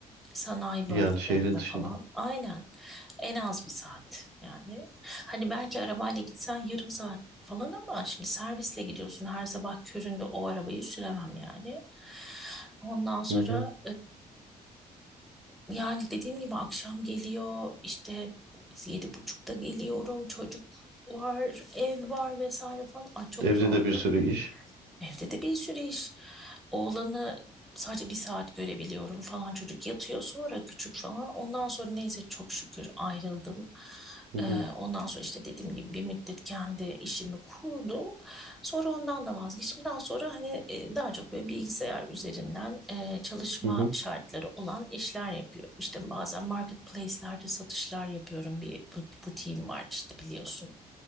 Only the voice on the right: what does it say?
Yani şehrin dışında.
Hı hı.
Evde
de bir sürü iş.
Hı hı,
hı hı,